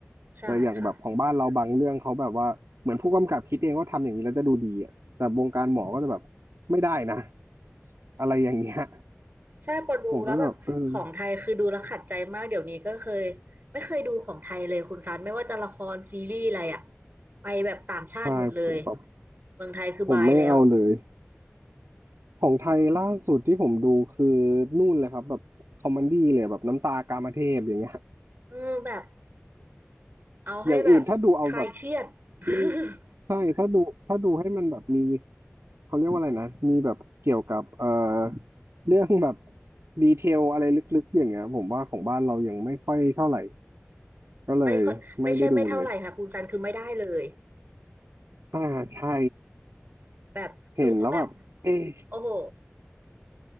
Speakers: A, on the right; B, on the right.
A: ใช่ค่ะ
B: แต่อย่างแบบของบ้านเราบางเรื่องเขาแบบว่าเหมือนผู้กำกับคิดเองว่าทำอย่างนี้แล้วจะดูดีอ่ะแต่วงการหมอก็จะแบบไม่ได้นะอะไรอย่างเงี้ย
A: ใช่พอดูแล้วแบบของไทยคือดูแล้วขัดใจมากเดี๋ยวนี้ก็เคย
B: ผมก็จะแบบเออ
A: ไม่เคยดูของไทยเลยคุณซันไม่ว่าจะละครซีรีส์อะไรอะไปแบบต่างชาติหมดเลย
B: ใช่ผมแบบ
A: เมืองไทยคือบายแล้ว
B: ผมไม่เอาเลยของไทยล่าสุดที่ผมดูคือนู่นเลยครับแบบคอมเมดี้เลยแบบน้ำตากามเทพอย่างเงี้ย
A: เออแบบเอาให้แบบคลายเครียด
B: อย่างอื่นถ้าดูเอาแบบ
A: <laughs>
B: ไม่ใช่ถ้าดูถ้าดูให้มันแบบมีเขาเรียกว่าอะไรนะมีแบบเกี่ยวกับเอ่อเรื่องแบบดีเทลอะไรลึกๆอย่างเงี้ยผมว่าของบ้านเรายังไม่ค่อยเท่าไหร่ก็เลยไม่ได้ดูเลย
A: ไม่ค่อยไม่ใช่ไม่เท่าไหร่ค่ะคุณซันคือไม่ได้เลย
B: อ่าใช่
A: แบบดูแล้วแบบ
B: เห็นแล้วแบบเอ๊ะ
A: โอ้โห